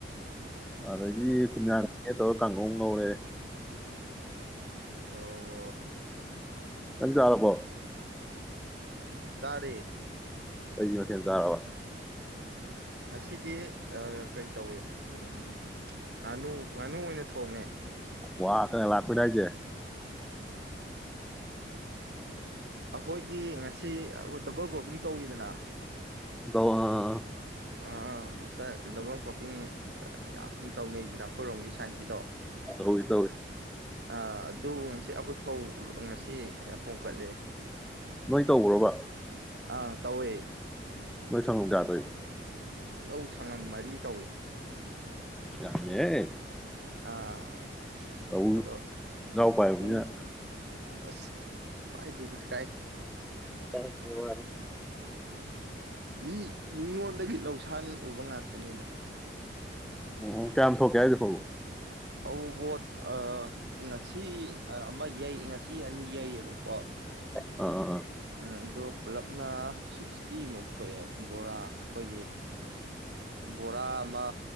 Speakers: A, in the centre; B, on the right.
A: ꯑꯗꯒꯤ
B: ꯎꯝ
A: ꯊꯨꯃꯌ꯭ꯥꯛ ꯇꯧꯔ ꯀꯥꯡꯒꯧ ꯑꯃꯉꯧꯔꯦ
B: ꯑꯣ
A: ꯅꯪ ꯆꯔꯥꯕꯣ
B: ꯆꯔꯦ
A: ꯀꯩ ꯃꯊꯦꯜ ꯆꯔꯕ
B: ꯉꯁꯤꯗꯤ ꯀꯩ ꯇꯧꯏ ꯎꯝ ꯉꯥꯅꯨ ꯉꯥꯅꯨ ꯑꯣꯏꯅ ꯊꯣꯡꯉꯦ
A: ꯋꯥ ꯀꯟꯅ ꯂꯥꯛꯄꯗꯥꯏꯁꯦ
B: ꯑꯈꯣꯏꯒꯤ ꯉꯁꯤ ꯗꯕꯜ ꯒ꯭ꯔꯣꯄꯤꯡ ꯇꯧꯋꯤꯗꯅ
A: ꯇꯧ ꯑ
B: ꯑꯥ ꯑꯥ ꯑꯝꯇ ꯗꯕꯜ ꯀ꯭ꯔꯣꯄꯤꯡ ꯌꯥꯝ ꯇꯧꯅꯩꯗꯅ ꯑꯩꯈꯣꯏꯔꯣꯝꯒꯤ ꯁꯥꯏꯠꯀꯤꯗꯣ
A: ꯇꯧꯏ ꯇꯧꯏ
B: ꯑ ꯑꯗꯨ ꯉꯁꯤ ꯑꯩꯈꯣꯏ ꯐꯧ ꯉꯁꯤ ꯍꯣꯡꯀꯠꯂꯦ
A: ꯅꯣꯏ ꯇꯧꯕꯔꯣꯕ
B: ꯑꯥ ꯇꯧꯋꯦ
A: ꯅꯣꯏ ꯁꯡꯒꯣꯝ ꯌꯥꯗꯔꯦ
B: ꯂꯧ ꯁꯪꯉꯝ ꯃꯔꯤ ꯇꯧꯋꯤ
A: ꯌꯥꯝꯃꯦꯍꯦ
B: ꯑ
A: ꯇꯧ
B: ꯑꯗꯣ
A: ꯏꯅꯥꯎ ꯄꯥꯏꯕꯅꯤꯅ
B: ꯎꯃ ꯑꯁ ꯄꯥꯏꯗꯦꯗꯥ ꯀꯥꯏ
A: ꯀꯔꯥꯏꯗꯒꯤ ꯋꯥꯔꯤ <inaudible>
B: ꯃꯤ ꯃꯤꯉꯣꯟꯗꯒꯤ ꯂꯧꯁꯥꯟ ꯎꯕ ꯉꯥꯏ ꯀꯅꯤꯗ
A: ꯎꯝ ꯀꯌꯥꯝ ꯊꯣꯛꯀꯦ ꯍꯥꯏꯁꯦ ꯐꯧꯕꯨ
B: ꯇꯧꯕꯣꯠ ꯑꯥ ꯉꯁꯤ ꯑꯃ ꯌꯩ ꯉꯁꯤ ꯑꯅꯤ ꯌꯩꯌꯦꯕꯀꯣ
A: ꯑ ꯑ
B: ꯎꯝ ꯗꯣ ꯄꯂꯞꯅ ꯁꯤꯁꯀꯤ ꯅꯦ ꯊꯣꯛꯑꯦ ꯕꯣꯔꯥ ꯑꯩꯈꯣꯏꯒꯤ ꯕꯣꯔꯥ ꯑꯃ